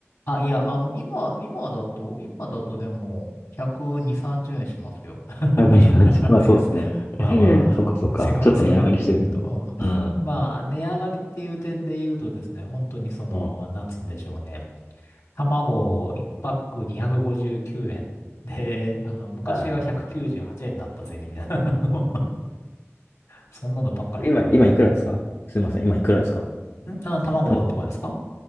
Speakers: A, on the left (about 85°); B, on the left (about 50°).
A: あ。あ、いや、あの、今、今だと、今だとでも、120、30円しますよ。
B: <laughs>
A: <laughs>
B: 100円っ感じ。まあそうですね。
A: いや、まあまあ、
B: <laughs>
A: あの、
B: そうかそうか。
A: 正確、
B: ちょっと値上がりしてるのね。
A: 正確に言うと。
B: うん。
A: うん、まあ、値上がりっていう点で言うとですね、本当にその、
B: うん。
A: なんつうんでしょうね。卵1パック259円。で、あの、昔は198円だったぜ、
B: は
A: みたいな。<laughs> そんなのばっかです。
B: い。今、
A: 我
B: 今いくらですかすいません。今いくらですか
A: ね。んあ、卵とかですか
B: 卵。